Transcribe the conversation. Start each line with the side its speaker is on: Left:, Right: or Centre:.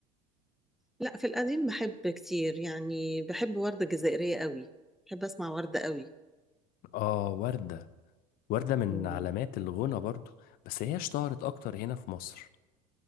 Centre: لا في القديم بحب كتير يعني بحب وردة جزائرية قوي بحب أسمع وردة قوي
Left: اه وردة وردة من
Centre: مم.
Left: علامات الغنى برضو بس هي اشتهرت أكتر هنا في مصر